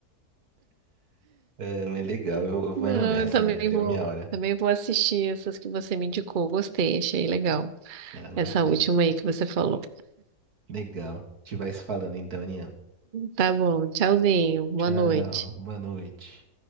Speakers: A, on the right; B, on the right.
A: É, mas legal,
B: <laughs>
A: eu, eu vou
B: Não,
A: indo nessa,
B: eu também
A: Aninha. Deu
B: vou.
A: minha hora.
B: Também vou assistir essas que você me indicou. Gostei, achei legal.
A: Ah,
B: Essa
A: bacana.
B: última aí que você falou.
A: Legal. A gente vai se falando então, Aninha.
B: Tá bom, tchauzinho, boa
A: Tchau,
B: noite.
A: boa noite.